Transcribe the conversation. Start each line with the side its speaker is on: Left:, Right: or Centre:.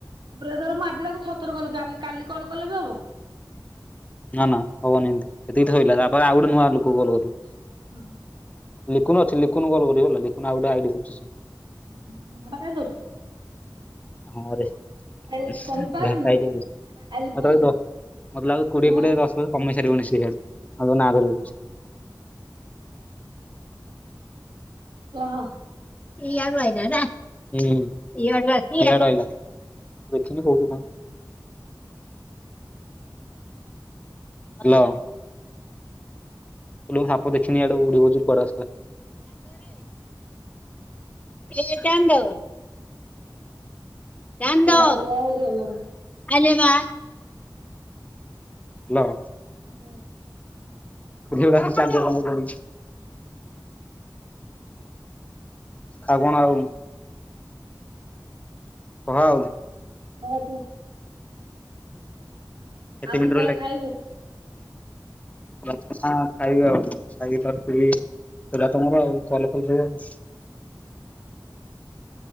Right: ତାପରେ ଧର ମୁଁ ଆଜି ତାକୁ ଛଅ ଥର କଲି କାଲି କାଲି କଲ୍ କଲେ ବି ହବ।
Left: ନା ନା ହବନି ଏମତି, ଏତିକି ତ ସଇଲା ତାପରେ ଆଉ ଗୋଟେ ନୂଆ ଲୋକକୁ କଲ କରିବୁ।
Right: ଓହ।
Left: ଲିକୁନ ଅଛି ଲିକୁନକୁ କଲ କରିବୁ ହେଲା, ଲିକୁନ୍ ଆଉ ଗୋଟେ ଆଇ ଡି ଖୋଲିଚି।
Right: <unintelligible>
Left: ହଁରେ।
Right: ଆଲ
Left: <unintelligible>
Right: କହିପାରୁନୁ
Left: ମତେ
Right: ଆଲକୁ
Left: ଲାଗୁଛ କୋଡିଏ
Right: ହଁ
Left: କୋଡିଏ ଦଶ କମେଇ ସାରିବନି ସେଇଆଡୁ ଆଉ ନା ଧରିବୁ <unintelligible> <inaudible>
Right: କହ।
Left: ହୁଁ, ଇଆଡୁ ଆଇଲା। ଦେଖିନି କୋଉଠି କଣ୍। ହ୍ୟାଲୋ। ସାପ ଦେଖିନି ଆଡୁ ଉଡ଼ି କୁଆଡୁ ଆସିଲା? ଏ କନ୍ଦ। ଚାନ୍ଦ
Right: ମୋ ବାଇଆ ହେଇଗଲାଣି।
Left: ଆଲିମା। ହାଲୋ।
Right: ହଁ।
Left: ଚାର ଜାଗା <unintelligible> ଠାଗଣ ଆଉ। ହହାଉ।
Right: ହ କୁ <unintelligible>
Left: କେତେ
Right: ଆଉ
Left: ମିନିଟ୍
Right: କେତେବେଳେ ଖାଇବୁ?
Left: ହଁ ଖାଇବେ ଆଉ ଖାଇିିବ <unintelligible> ହେଲା ତମର ଆଉ କଲ ଫଲ ସବୁ ଆଉ।